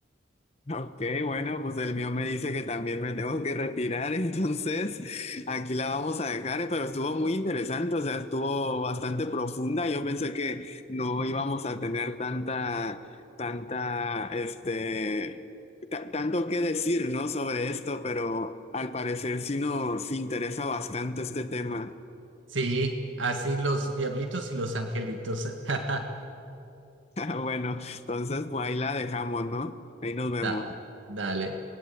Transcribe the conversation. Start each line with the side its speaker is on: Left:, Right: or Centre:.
Left: Ok, bueno, pues el mío me dice que también me tengo que retirar, <laughs> entonces aquí la vamos a dejar, eh, pero estuvo muy interesante, o sea, estuvo bastante profunda. Yo pensé que no íbamos a tener tanta, tanta, este, ta- tanto que decir, ¿no? Sobre esto, pero al parecer sí nos interesa bastante este tema.
Right: Sí, así los diablitos y los angelitos. <laughs>
Left: <laughs> Bueno, entonces pues ahí la dejamos, ¿no? Ahí nos vemos.
Right: Da- dale.